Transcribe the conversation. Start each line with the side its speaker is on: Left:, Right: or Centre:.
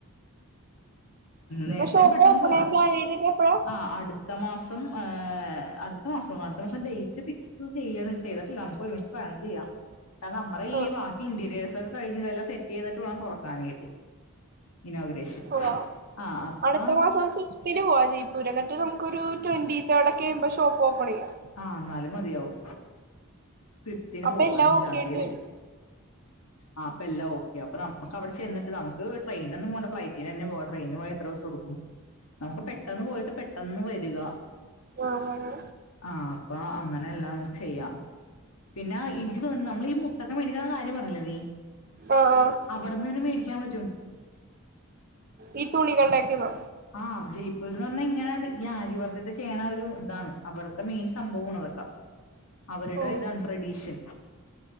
Right: ഇന്ന്
Left: നേരത്തെ
Right: ഷോപ്പ്
Left: പെട്ടന്ന്
Right: ഓപ്പൺ
Left: പോണം
Right: ചെയ്യാൻ പ്ലാൻ ചെയ്തിട്ട് എപ്പഴാ
Left: ആഹ് അടുത്ത മാസം ഏഹ്‌ അടുത്ത മാസം അടുത്ത മാസം ഡേറ്റ് ഫിക് ഫിക്സ് ചെയ ചെയ്തിട്ടില്ല നമുക്ക് ഒരുമിച്ച് പ്ലാൻ ചെയ്യാം കാരണം നമ്മളെ ഈ
Right: ആ
Left: ബാക്കി ഇന്റീരിയഴ്സ് ഒകെ കഴിഞ്ഞ് ഇതെല്ലാം സെ ചെയ്തിട്ട് വേണം തുറക്കാനായിട്ട് ഇനോഗ്രേഷൻ.
Right: പോവാ
Left: ആഹ് അപ്പ
Right: അടുത്ത മാസം. ഫിഫ്റ്റിനെ പോകാൻ ജയ്പൂര് എന്നിട്ട് നമുക്കൊരു ടെൻറ്റിതേർഡ് ആകുമ്പോൾ ഷോപ്പ് ഓപ്പണിങ്
Left: ആഹ്‌ ന്നാലും മതിയാവും ഫിഫ്ത്തിന്
Right: അപ്പൊ
Left: പോവാ
Right: എല്ലാം
Left: അഞ്ചാതി
Right: ഓക്കെ ആയിട്ട്
Left: അല്ലേ?
Right: വരും
Left: ആഹ്‌ അപ്പൊ എല്ലാ ഓക്ക അപ്പൊ നമുക്കവിടെ ചെന്നിട്ട് നമക്ക്ട്രെയിന് ഒന്നും പോണ്ട ഫ്ലൈറ്റിന് തന്ന പോവ ട്രെയിന് പോയ എത്ര ദിവസം എടുക്കും. നമുക്ക് പെട്ടെന്ന് പോയിട്ട് പെട്ടെന്ന് വരിക.
Right: ആഹ്‌
Left: ആഹ അപ്പൊ അങ്ങനെ എല്ലാം ചെയ്യാം പിന്നെ എനിക്ക് തോന്നുന്നു നമ്മൾ ഈ മുതൊക്കെ മേടിക്ക്ണ കാര്യ പറഞ്ഞില്ലെ നീ
Right: ആഹ്‌ ആ
Left: അവിടെന്നന്നെ മേടിക്കാൻ പറ്റും.
Right: ഈ തുണികളടെക്കെണോ
Left: ആഹ് അവർ ജയിപ്പ ന്ന് പറഞ്ഞാ ഇങ്ങനെ ഈ ആര്യവർക്കൊക്കെ ചെയ്യണ ഒരു ഇതാണ് അവര്ടെ മെയിൻ സംഭവമാണ് ഇതൊക്കെ. അവരുടെ
Right: ഓ
Left: ഇതാണ് ട്രഡീഷൻ.